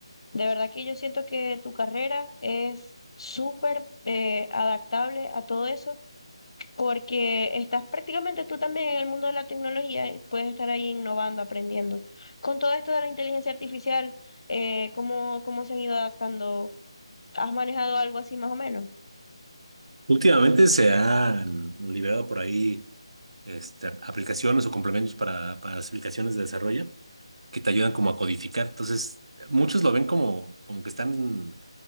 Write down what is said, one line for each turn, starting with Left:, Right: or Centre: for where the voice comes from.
Left: De verdad que yo siento que tu carrera es súper eh, adaptable a todo eso, porque estás prácticamente tú también en el mundo de la tecnología y puedes estar ahí innovando, aprendiendo. Con todo esto de la inteligencia artificial, eh, ¿cómo, cómo se han ido adaptando? ¿Has manejado algo así más o menos?
Right: Últimamente se han liberado por ahí este, aplicaciones o complementos para, para las aplicaciones de desarrollo que te ayudan como a codificar. Entonces, muchos lo ven como, como que están